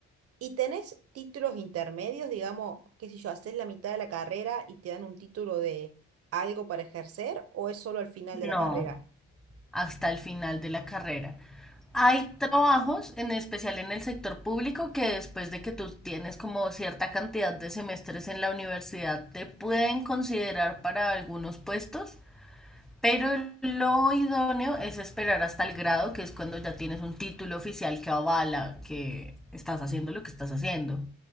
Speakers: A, on the right; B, in the centre.
A: ¿Y tenés títulos intermedios, digamos, qué sé yo, haces la mitad de la carrera y te dan un título de algo para ejercer o es solo al final
B: No,
A: de la carrera?
B: hasta el final de la carrera. Hay trabajos, en especial en el sector público, que después de que tú tienes como cierta cantidad de semestres en la universidad, te pueden considerar para algunos puestos, pero lo idóneo es esperar hasta el grado, que es cuando ya tienes un título oficial que avala que estás haciendo lo que estás haciendo.